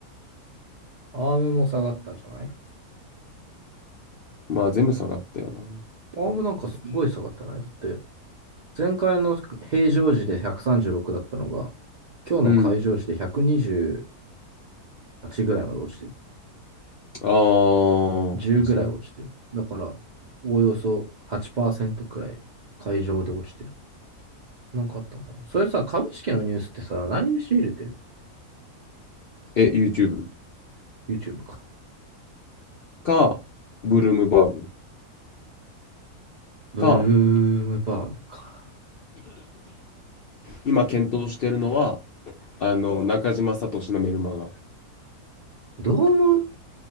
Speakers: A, on the right; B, on the left.
A: アームも下がったんじゃない
B: まあ全部下がったよな。
A: アームなんかすごい下がってないだって、前回の平常時で136だったのが、今日の会場時で128
B: うん。
A: ぐらいまで落ちてる。
B: あー、
A: 10ぐらい落ちてる。
B: はちねん
A: だから、おおよそ8%くらい会場で落ちてる。なんかあったんかな。それさ、株式のニュースってさ、何で仕入れてる
B: え、YouTube
A: ?YouTube か。
B: か、ブルームバーグ
A: ブル
B: か、
A: ームバーグか。
B: 今検討してるのは、あの、中島聡のメルマガ。
A: どう思う